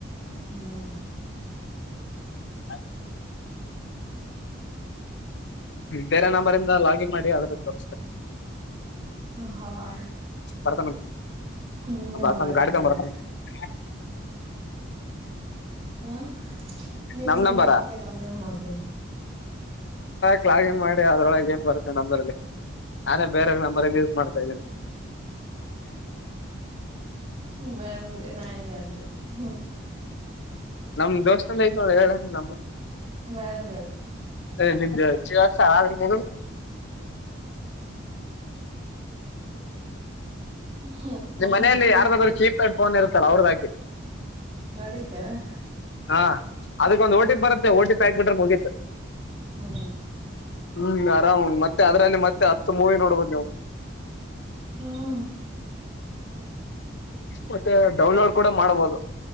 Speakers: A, on the right; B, on the left.
A: ಹದ
B: ಹಾಗ ಬೇರೆ ನಂಬರಿ ಇಂದ ಲಾಗಿನ್ ಮಾಡಿ ಅದ್ರ ತೋರಿಸಬೇಕೇ
A: ಹಾ ಹಾ
B: ಬರ್ತಾನಂತ
A: ನಿಮ್ ನಂಬರ್
B: ಬರ್ತಾನ
A: ಹಾಕಂತಡಿ
B: ಗಾಡಿ ತಗೊಂಡ್ ಬರ್ತಾನ <unintelligible>
A: ಹಾ ನಿಮ
B: ನಮ್
A: ನಂಬರ್
B: ನಂಬರ
A: ಅಕ್ಕಲ್ಲ ಅವೇನ ಮಾಡ್ತ್ದು
B: ಕ್ಲಾಗಿನ್ ಮಾಡಿ ಅದ್ರೊಳ ನ್ ಬರ್ತ್ತೆ ನಂಬ್ರಲ್ಲಿ. ಅದೇ ಬೇರೆ ನಂಬರ್ ಯೂಸ್ ಮಾಡ್ತಾರೆ ಸಗ
A: ಬರ್ಬಿಡಿ ನಂಗ ಅಂದ ಹ್ಮ
B: ನಮ್ ದೋಸ್ತ ಎಲ್ಲ ಐತ್ ನೋಡ ಹೇಳ ನ.
A: ಬೇಳ ಬೇಳ್ಳ.
B: ಇಲ್ಲ
A: ಹ್ಮ್,
B: ಮನೆಯಲ್ಲಿ
A: ಮತ್ತೆ
B: ಯಾರದಾದ್ರರು ಕೀಪ್ ಫೋನ್ ಇರುತ್ತಲ್ಲ ಅವ್ರ್ದ ಹಾಕಿ
A: ನಡಿತೇನೆ
B: ಹಾ ಅದಕ್ಕ ಒಂದು ಓಟಿಪಿ ಬರುತ್ತೆ ಓ ಟಿ ಪಿ ಬ್ಯಾಕ್ ಗಡ್ರೆ ಮುಗತ
A: ಹ್ಞೂ
B: ಹ್ಮ್ ಆರಾಮ್ ಮತ್ತೆ ಅದರಲ್ಲಿ ಮತ್ತೆ. ಮೂವಿ ನೋಡ್ಬಹದು್ ನೀವು.
A: ಹ್ಮ್
B: ಮತ್ತೆ ಡೌನ್ಲೋಡ್ ಕೂಡ ಮಾಡ್ಬೋದು